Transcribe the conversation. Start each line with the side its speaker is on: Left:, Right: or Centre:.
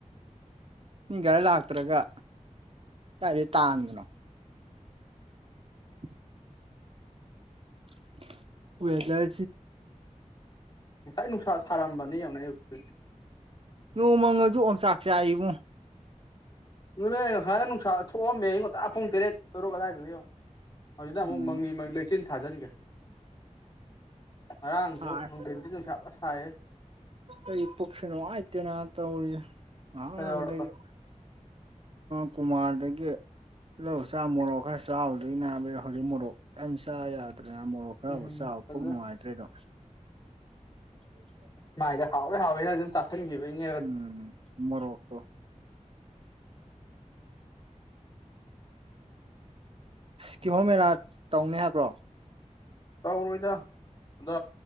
Right: ꯃꯤ ꯒꯥꯏ ꯂꯥꯛꯇ꯭ꯔꯒ ꯀꯗꯥꯏꯗꯩ ꯇꯥꯟꯕꯅꯣ <inaudible> <inaudible> ꯋꯦꯗꯔ
Left: ꯉꯁꯥꯏ ꯅꯨꯡꯁꯥ ꯁꯥꯔꯝꯕꯅꯤ ꯌꯦꯡꯉꯨꯅꯦ ꯑꯌꯨꯛꯇ
Right: ꯅꯣꯡꯃꯪꯉꯁꯨ ꯑꯣꯝꯆꯥꯛ ꯆꯥꯛꯏꯕꯨꯡ
Left: ꯑꯗꯨꯅꯦ ꯉꯁꯥꯏꯅ ꯅꯨꯡꯁꯥ ꯊꯣꯛꯑꯝꯃꯦ ꯑꯌꯨꯛ ꯉꯟꯇꯥ ꯄꯨꯡ ꯇꯔꯦꯠ ꯇꯔꯨꯛ ꯑꯗꯨꯋꯥꯏꯗꯨꯗ ꯌꯦꯡꯉꯣ ꯍꯧꯖꯤꯛꯅ ꯑꯃꯨꯛ
Right: ꯎꯝ
Left: ꯃꯪꯂꯤ ꯃꯪ ꯂꯩꯆꯤꯟ ꯊꯥꯖꯤꯟꯈ꯭ꯔꯦ ꯉꯔꯥꯡꯁꯨ
Right: ꯁꯥꯏ
Left: ꯅꯨꯡꯊꯤꯟꯗꯤ ꯅꯨꯡꯁꯥ ꯐ ꯁꯥꯏꯍꯦ
Right: ꯑꯩ ꯄꯨꯛꯁꯤ ꯅꯨꯡꯉꯥꯏꯇꯦꯅꯥ ꯇꯧꯔꯤꯁꯦ <unintelligible>
Left: ꯀꯩꯗꯧꯔꯕ
Right: ꯗꯒꯤ ꯀꯨꯃꯥꯔꯗꯒꯤ ꯂꯧꯔ ꯆꯥ ꯃꯣꯔꯣꯛ ꯈꯔ ꯆꯥꯎꯕꯗꯒꯤ ꯅꯥꯕ ꯍꯧꯖꯤꯛ ꯃꯣꯔꯣꯛ ꯀꯔꯤꯝ ꯆꯥ ꯌꯥꯗ꯭ꯔꯦꯅ ꯃꯣꯔꯣꯛ ꯈꯔꯕꯨ
Left: ꯎꯝ
Right: ꯆꯥꯕ
Left: ꯑꯗꯨꯗ
Right: ꯄꯨꯛ ꯅꯨꯡꯉꯥꯏꯇ꯭ꯔꯦꯗꯣ <inaudible>
Left: ꯃꯥꯥꯏꯗ ꯍꯥꯎꯋꯦ ꯍꯥꯎꯋꯦꯅ ꯑꯗꯨ ꯆꯥꯁꯟꯈꯤꯕꯩꯅꯦ
Right: ꯎꯝ ꯃꯔꯣꯛꯇꯣ ꯀꯤꯍꯣꯝ ꯃꯦꯂꯥ ꯇꯧꯅꯤ ꯍꯥꯏꯕ꯭ꯔꯣ
Left: ꯇꯧꯔꯣꯏꯗ ꯑꯗꯣ